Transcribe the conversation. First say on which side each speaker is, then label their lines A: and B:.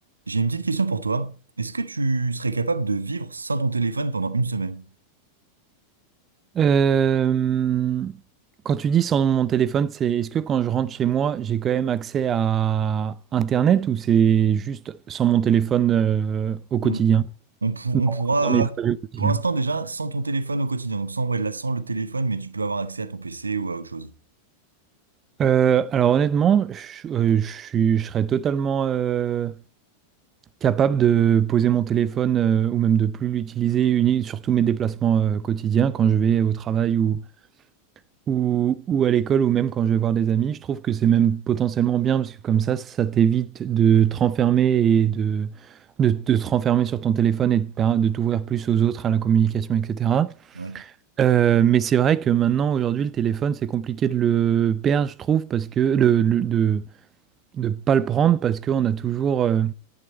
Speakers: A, on the right; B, on the right.
A: J'ai une petite question pour toi. Est-ce que tu serais capable de vivre sans ton téléphone pendant une semaine?
B: Euh, quand tu dis sans mon téléphone, c'est est-ce que quand je rentre chez moi, j'ai quand même accès à Internet ou c'est juste sans mon téléphone euh, au quotidien?
A: On, on pour- on
B: Non,
A: pourra,
B: dans mes frais au quotidien.
A: pour l'instant déjà, sans ton téléphone au quotidien. Donc sans, ouais, là, sans le téléphone, mais tu peux avoir accès à ton PC ou à autre chose.
B: Euh, alors honnêtement, je, euh, je suis- je serais totalement euh, capable de poser mon téléphone euh, ou même de plus l'utiliser, uni- surtout mes déplacements euh, quotidiens quand je vais au travail ou, ou, ou à l'école ou même quand je vais voir des amis, je trouve que c'est même potentiellement bien parce que comme ça, ça t'évite de te renfermer et de, de, de te renfermer sur ton téléphone et de, par- de t'ouvrir plus aux autres, à la communication, etc.
A: Ouais.
B: Euh, mais c'est vrai que maintenant, aujourd'hui, le téléphone, c'est compliqué de le perdre, je trouve, parce que le, le- de de pas le prendre parce qu'on a toujours euh,